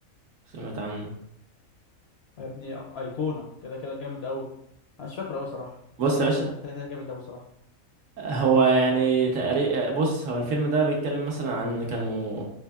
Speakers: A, on the right; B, on the left.
A: سمعت عنه
B: يا ابني ايقونه كده كده جامد قوي انا مش فاكره قوي صراحه
A: بص
B: بس انا
A: يا باشا
B: عارف انه كده كده جامد قوي صراحه
A: هو يعني تقريبا بص هو الفيلم ده بيتكلم مثلا عن كانوا